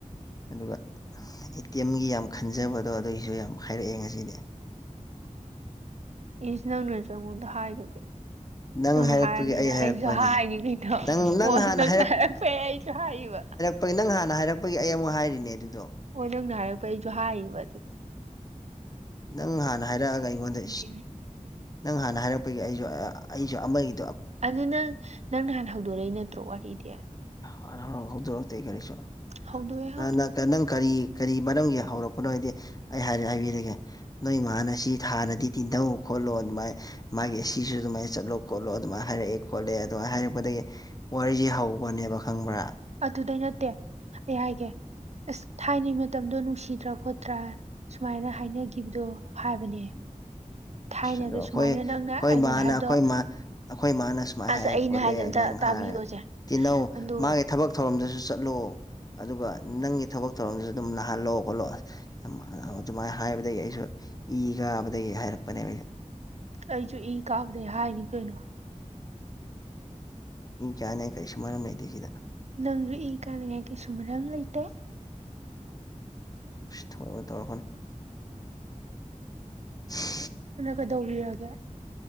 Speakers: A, on the left; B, on the right.
A: ꯑꯗꯨꯒ ꯑꯦ ꯇꯤ ꯑꯦꯝꯒꯤ ꯌꯥꯝ ꯈꯟꯖꯕꯗꯣ ꯑꯗꯨꯒꯤꯁꯨ ꯌꯥꯝ ꯍꯥꯏꯔꯛꯑꯦ ꯉꯁꯤꯗꯤ
B: ꯏꯁ ꯅꯪ ꯅꯁꯨ ꯑꯩꯉꯣꯟꯗ ꯍꯥꯏꯗꯨꯗꯤ꯫
A: ꯅꯪ
B: ꯁꯝꯅ
A: ꯍꯥꯏꯔꯛꯄꯒꯤ
B: ꯍꯥꯏꯔꯕꯝꯃꯤꯅ
A: ꯑꯩ ꯍꯥꯏꯔꯛꯄꯅꯦ
B: ꯑꯩꯁꯨ ꯍꯥꯏꯔꯤꯉꯩꯅꯣ
A: ꯅꯪ ꯅꯪ
B: ꯍꯣꯟ
A: ꯍꯥꯟꯅ
B: ꯅꯪꯅ ꯍꯥꯏꯔꯛꯄꯩ ꯑꯩꯁꯨ ꯍꯥꯏꯔꯤꯕ
A: ꯕꯥꯏ ꯅꯪ ꯍꯥꯟꯅ ꯍꯥꯏꯔꯛꯄꯒꯤ ꯑꯩ ꯑꯃꯨꯛ ꯍꯥꯏꯔꯤꯅꯦ ꯑꯗꯨꯗꯣ꯫
B: ꯍꯣꯏ ꯅꯪꯅ ꯍꯥꯏꯔꯛꯄ ꯑꯩꯁꯨ ꯍꯥꯏꯔꯤꯕ ꯑꯗꯨꯗꯤ
A: ꯅꯪ ꯍꯥꯟꯅ ꯍꯥꯏꯔꯛꯑꯒ
B: ꯈꯪꯗꯦ
A: ꯑꯩꯉꯣꯟꯗ
B: ꯑꯩ
A: ꯅꯪ ꯍꯥꯟꯅ ꯍꯥꯏꯔꯛꯄꯒꯤ ꯑꯩꯁꯨ ꯑꯩꯁꯨ ꯑꯃꯒꯤ
B: ꯑꯗꯨ ꯅꯪ ꯅꯪꯅ ꯍꯥꯟꯅ ꯍꯧꯗꯣꯔꯛꯏ ꯅꯠꯇ꯭ꯔꯣ ꯋꯥꯔꯤꯗꯤ꯫
A: ꯍ ꯍꯧꯗꯣꯔꯛꯇꯦ ꯀꯔꯤꯁꯨ
B: ꯍꯧꯗꯣꯛꯑꯦ
A: ꯅ
B: ꯍꯧꯗꯣꯛ
A: ꯅ꯫ ꯅꯪ ꯀꯔꯤ ꯀꯔꯤ ꯃꯔꯝꯒꯤ ꯍꯧꯔꯛꯄꯅꯣ ꯍꯥꯏꯗꯤ ꯑꯩ ꯍꯥꯏꯔꯤ ꯍꯥꯏꯕꯤꯔꯒꯦ ꯅꯣꯏꯃꯥꯅ ꯁꯤ ꯊꯥꯅꯗꯤ ꯇꯤꯟꯅꯧ꯫ ꯈꯣꯠꯂꯣ ꯑꯗꯨꯃꯥꯏꯅ ꯃꯥꯒꯤ ꯁꯤꯁꯨ ꯑꯗꯨꯃꯥꯏꯅ ꯆꯠꯂꯣ ꯈꯣꯠꯂꯣ ꯑꯗꯨꯃꯥꯏꯅ ꯍꯥꯏꯔꯛꯑꯦ ꯈꯣꯠꯂꯛꯑꯦ ꯑꯗꯨꯃꯥꯏꯅ ꯍꯥꯏꯔꯛꯄꯗꯒꯤ꯫ ꯋꯥꯔꯤꯁꯤꯦ ꯍꯧꯕꯅꯦꯕ ꯈꯪꯕ꯭ꯔꯥ
B: ꯑꯗꯨꯗꯩ ꯅꯠꯇꯦ ꯑꯩ ꯍꯥꯏꯒꯦ ꯑꯁ ꯊꯥꯏꯅꯩ꯫ ꯃꯇꯝꯗꯣ ꯅꯨꯡꯁꯤꯗ꯭ꯔ ꯈꯣꯠꯇ꯭ꯔ ꯁꯨꯃꯥꯏꯅ ꯍꯥꯏꯅꯈꯤꯕꯗꯣ ꯍꯥꯏꯕꯅꯦ꯫ ꯊꯥꯏꯅꯗ
A: ꯑꯗꯣ ꯑꯩꯈꯣꯏ
B: ꯁꯨꯃꯥꯏꯅ ꯅꯪꯅ
A: ꯑꯩꯈꯣꯏ
B: ꯑꯩꯉꯣꯟꯗ
A: ꯏꯃꯥꯅ
B: ꯍꯥꯏꯕꯗꯣ
A: ꯑꯩꯈꯣꯏ ꯏꯃꯥ ꯑꯩꯈꯣꯏ ꯏꯃꯥꯅ ꯁꯨꯃꯥꯏꯅ
B: ꯑꯁ
A: ꯍꯥꯏ
B: ꯑꯩꯅ
A: ꯈꯣꯠꯂꯦ
B: ꯍꯥꯏꯁꯦ ꯑꯝꯇ
A: ꯅꯪ
B: ꯇꯥꯕꯤꯈꯣꯁꯦ
A: ꯍꯥꯏ꯫ ꯇꯤꯍꯧ
B: ꯑꯗꯨꯒ
A: ꯃꯥꯒꯤ ꯊꯕꯛ ꯊꯧꯔꯝꯗꯁꯨ ꯆꯠꯂꯣ ꯑꯗꯨꯒ ꯅꯪꯒꯤ ꯊꯕꯛ ꯊꯧꯔꯝꯗꯁꯨ ꯑꯗꯨꯝ ꯅꯅꯥꯍꯜꯂꯣ ꯈꯣꯠꯂꯣ ꯌꯥꯝ ꯑꯗꯨꯃꯥꯏꯅ ꯍꯥꯏꯕꯗꯒꯤ ꯑꯩꯁꯨ ꯏ ꯀꯥꯕꯗꯒꯤ ꯍꯥꯏꯔꯛꯄꯅꯦ ꯑꯩꯁꯨ
B: ꯑꯩꯁꯨ ꯏ ꯀꯥꯕꯗꯩ ꯍꯥꯏꯅꯤ ꯀꯩꯅꯣ
A: ꯀꯌꯥꯅꯦꯥꯏ ꯀꯔꯤ ꯁꯨꯃꯔ ꯑꯃ ꯂꯩꯇꯦꯁꯤꯗ
B: ꯅꯪꯅꯏ ꯀꯥꯅꯉꯥꯏ ꯀꯩꯁꯨ ꯃꯔꯝ ꯂꯩꯇꯦ
A: ꯊꯣꯛꯧꯔꯒ ꯇꯧꯔꯛꯒꯅ ꯏꯁ
B: ꯑꯗꯨꯅ ꯀꯩꯗꯧꯕꯤꯔꯒꯦ